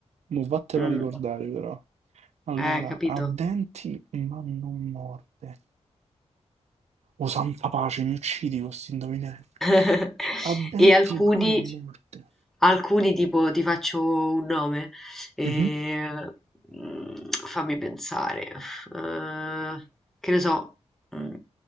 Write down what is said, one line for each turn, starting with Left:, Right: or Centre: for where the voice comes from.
Right: Mo' vattelo
Centre: Mm,
Right: a ricordare però. Allora,
Centre: eh, capito.
Right: ha denti ma non morde. O santa pace, mi uccidi con sti indovinelli.
Centre: <laughs>
Right: Avverti
Centre: E alcuni,
Right: ma non morte.
Centre: alcuni tipo ti faccio un nome. eh,
Right: Mhm,
Centre: mm, fammi pensare. Eh, che ne so. mm,